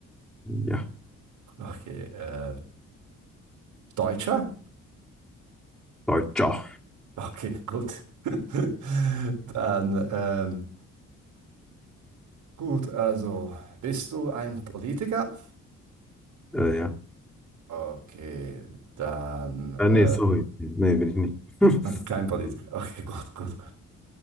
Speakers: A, in the centre; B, on the right.
A: ja.
B: Okay. Äh, Deutscher?
A: Deutscher.
B: Okay, gut. <laughs> Dann, ähm, gut, also bist du ein Politiker?
A: Äh, ja.
B: Okay, dann,
A: Ah,
B: äh,
A: nee, sorry. Nee, bin ich nicht. <laughs>
B: <laughs> kein Politiker. Okay, gut, gut, gut.